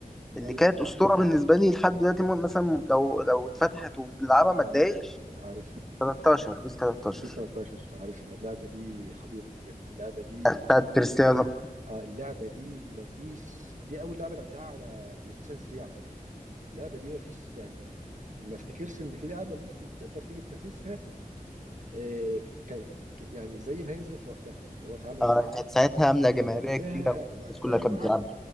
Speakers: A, in the centre; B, on the right.
A: اللي
B: ايوه
A: كانت
B: اه
A: اسطوره بالنسبه لي لحد دلوقتي مو- مثلا لو لو اتفتحت وبنلعبها ما
B: عارفها
A: اتضايقش
B: عارفها
A: 13 بيس 13
B: بي 13 عارفها اللعبة دي خطيرة بجد اللعبة دي
A: بتاعت كريستيانو
B: اه اللعبة دي مفيش دي أول لعبة لعبتها على بلاي ستيشن 3 على فكرة اللعبة دي مفيش يعني ما افتكرش إن في لعبة ممكن تقدر تيجي تنافسها آه، ك... ك- يعني زي ما هي نزلت في وقتها اللي هو فعلا
A: آه كانت ساعتها عامله جماهيريه
B: وقتها
A: كتيره
B: وقتها
A: والناس كلها كانت
B: وقعدت
A: بتلعبها